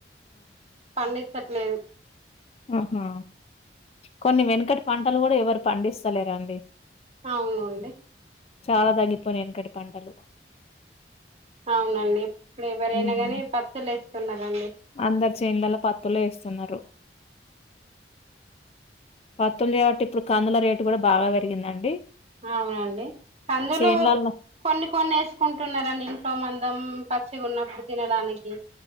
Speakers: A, on the right; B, on the left.
A: పండించట్లేదు
B: మ్మ్ హు కొన్ని వెనుకటి పంటలు కూడా ఎవరు పండిస్థాలేరండి
A: అవునండి
B: చాలా తగ్గిపోనా వెనకడి పంటలు
A: అవునండి ఇప్పుడు ఎవరయినా
B: ఉమ్
A: కానీ పత్తులు వేస్తున్నరండి
B: అందరు చేన్లలో పత్తులు వేస్తున్నారు పత్తులు లేవు కాబట్టి ఇప్పుడు కందుల రేటు కూడా బాగా పెరిగిందండి
A: అవునండి కందులు
B: చేన్లల్లో
A: కొన్ని కొన్ని వేసుకుంటున్నారండి ఇంట్లో మంది పచ్చిగా ఉన్నప్పుడు తినడానికి